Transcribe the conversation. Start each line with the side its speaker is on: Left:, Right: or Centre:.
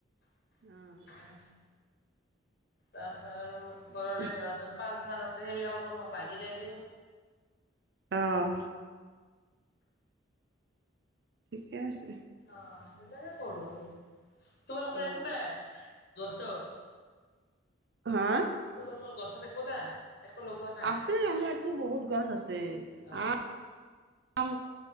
Right: <inaudible>
Left: <inaudible> তাৰপিছত আৰু
Right: ঠিকে
Left: ঘৰৰে
Right: আছে
Left: ধৰাচোন পাণ চান আছে সেইবিলাকো <unintelligible> লাগিলে দিওঁ।
Right: অঁ। ঠিকে আছে।
Left: অ সেইবিলাকে কৰো আৰু, তোমালোকৰ
Right: অ
Left: একো নাই গছত?
Right: হা?
Left: তোমালোকৰ গছত একো নাই? একো লগোৱা নাই
Right: আছে আমাৰতো বহুত গছ আছে
Left: অঁ
Right: আহ আম